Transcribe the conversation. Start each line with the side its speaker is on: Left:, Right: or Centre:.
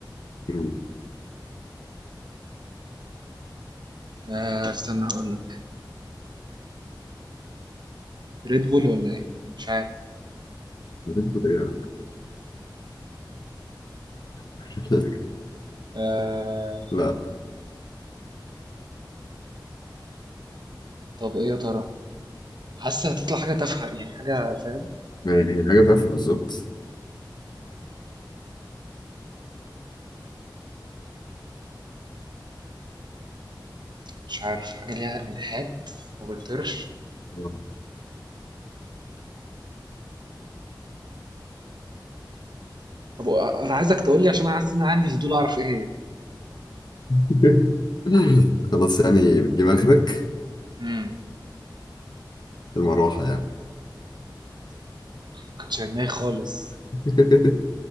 Left: مم.
Right: آه استنى هقول لك ريد بول ولا ايه مش عارف
Left: بتقول ايه <laughs>
Right: آه
Left: لا
Right: طب ايه يا ترى حاسس هتطلع حاجة تافهة يعني حاجة فاهم
Left: يعني هي حاجه تافهه بالظبط
Right: مش عارف حاجة ليها جناحات ما بتطيرش
Left: آه.
Right: طب انا عايزك تقول لي عشان انا حاسس ان انا عندي فضول اعرف ايه هي
Left: <laughs> خلاص يعني بتجيب اخرك
Right: امم
Left: المروحه يعني
Right: ما كنتش في دماغي خالص
Left: <laughs>